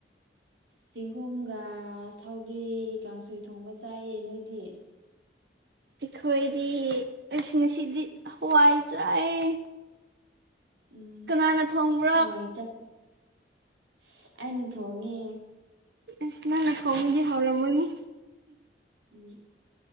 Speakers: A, on the right; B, on the right.
A: ꯆꯦꯡꯒꯣꯝꯒ ꯁꯥꯎꯒ꯭ꯔꯤ ꯀꯥꯡꯁꯣꯏ ꯊꯣꯡꯕ ꯆꯥꯏꯌꯦ ꯅꯣꯏꯗꯤ
B: ꯑꯩꯈꯣꯏꯗꯤ ꯉꯁꯤꯉꯁꯤꯗꯤ ꯍꯋꯥꯏ ꯆꯥꯏꯌ‌ꯦ
A: ꯎꯝ
B: ꯀꯅꯥꯅ ꯊꯣꯡꯕ
A: ꯍꯋꯥꯏ ꯆꯥꯕ <unintelligible> ꯑꯩꯅ ꯊꯣꯡꯉꯦ
B: ꯏꯁ ꯅꯪꯅ ꯊ‌ꯣꯡꯔꯗꯤ ꯍꯥꯎꯔꯝꯃꯅꯤ
A: ꯎꯝ